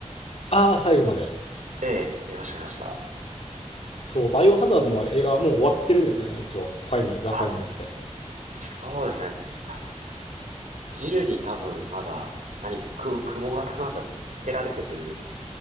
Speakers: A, on the left; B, on the right.
A: ああ、最後まで。
B: ええ、見ました見ました。
A: そう、バイオハザードもあれ映画もう終わってるんですよね、一応。ファイナル、ザ・
B: あ、
A: ファイナルズで。
B: そうですね。なんだっけな。ジルに多分まだ何かく、雲型なんかつけられてる、